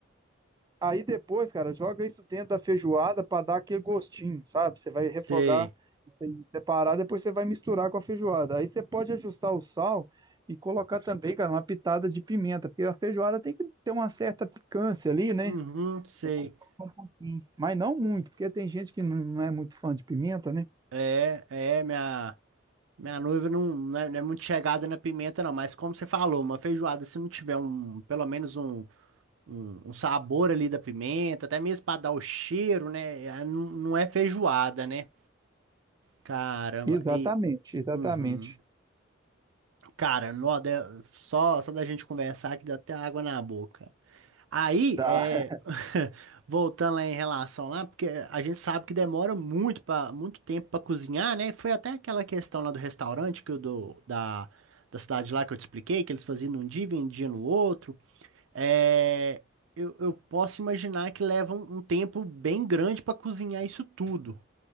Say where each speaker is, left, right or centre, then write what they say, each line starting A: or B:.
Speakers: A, on the right; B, on the right.
A: Aí depois, cara, joga isso dentro da feijoada para dar aquele gostinho, sabe? Você vai refogar
B: sei,
A: isso aí separado, depois você vai misturar com a feijoada. Aí você pode ajustar o sal e colocar também, cara, uma pitada de pimenta, porque a feijoada tem que ter uma certa picância ali, né?
B: uhum, sei.
A: É bom colocar um pouquinho, mas não muito, porque tem gente que não não é muito fã de pimenta, né?
B: É, é, minha. Minha noiva não, não é, não é muito chegada na pimenta, não, mas como você falou, uma feijoada, se não tiver um, pelo menos um, um, um sabor ali da pimenta, até mesmo para dar o cheiro, né? ah, Não, não é feijoada, né? Caramba,
A: Exatamente,
B: e.
A: exatamente.
B: Uhum. Cara, nó, deu- só, só da gente conversar que deu até água na boca. Aí,
A: Tá.
B: é,
A: <laughs>
B: <laughs> voltando lá em relação lá, porque a gente sabe que demora muito para muito tempo para cozinhar, né? Foi até aquela questão lá do restaurante que eu do da, da cidade lá que eu te expliquei, que eles faziam num dia e vendiam no outro. É, eu, eu posso imaginar que leva um, um tempo bem grande para cozinhar isso tudo.